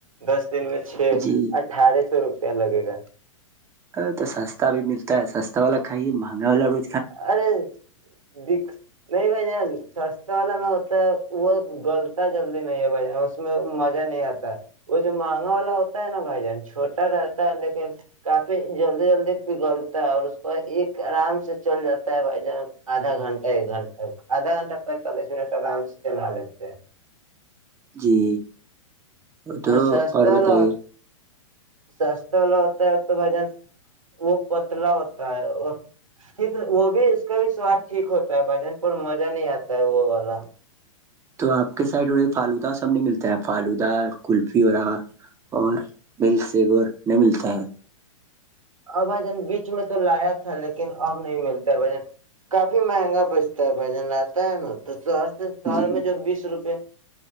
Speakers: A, on the right; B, on the right.
A: دس دن میں چھ
B: جی
A: اٹھارہ سو روپ لگے گا
B: ا تو سستا بھی ملتا ہے سستا والا کائیے مہنگا والا رو
A: ارے د نہیں بائی سستا والا میں ہوتا وہ گلتا جلدی نہیں ہے بھائی جان اس میں مزہ نہیں آتا ہے وہ جو مہنگا والا ہوتا ہے نا بھائی جان چھوٹا اا تھا لے د کافی جلدی جلدی پگھلتا ہے اور اس کو ایک آرام سے چل جاتا ہے بھائی جان آدھا گھنٹہ ایک گھنٹہ آدھا گھنٹہ پینتالیس منٹ آرام سے چلا لیتے ہیں
B: جی تو
A: اور سس والا
B: بتائیے
A: سستا والا ہوتا ہے تو بجن وہ پتلا ہوتا ہے اور ٹھیک وہ بھی اس کا بھی سواد ٹھیک ہوتا ہے بھ جان پر مزہ نہیں آتا ہے وہ والا
B: تو آ کے سائڈے فالوودا سب نہیں ملتا فالودا کل فی رہا اور مل سے گور نہیں ملتا ہے
A: ا بجن بیچ میں تو لایا تھا لیکن اب نہیں ملتا بھن کافی مہنگا بچتا ہے بھجن لاتا ہے ن تو شہر سے شہر
B: جی
A: میں جب بیس روپے